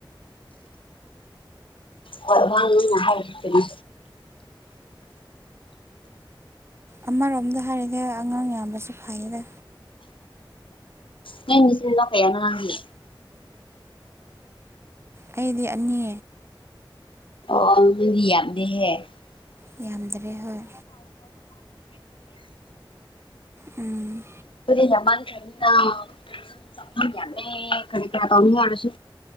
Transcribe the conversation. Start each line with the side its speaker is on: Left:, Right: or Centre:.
Left: ꯍꯔꯥꯡ ꯍꯥꯏꯇꯅꯤ
Right: ꯑꯃꯔꯣꯝꯗ ꯍꯥꯏꯔꯤꯗꯤ ꯑꯉꯥꯡ ꯌꯥꯝꯕꯁꯨ ꯐꯩꯌꯦꯗ
Left: ꯅꯣꯢ ꯅꯆꯤꯟ ꯅꯅꯥꯎ ꯀꯌꯥꯅꯣ ꯅꯪꯒꯤ
Right: ꯑꯩꯗꯤ ꯑꯅꯤ
Left: ꯑꯣꯗꯤ ꯌꯥꯝꯗꯦꯍꯦ
Right: ꯌꯥꯝꯗ꯭ꯔꯦ
Left: <unintelligible>
Right: ꯍꯣꯏ ꯎꯝ
Left: ꯑꯗꯨꯗꯤ ꯌꯥꯝꯃꯟ ꯀꯗꯦ ꯈꯅꯤ꯭ꯔ ꯇꯅꯤꯡꯁꯨ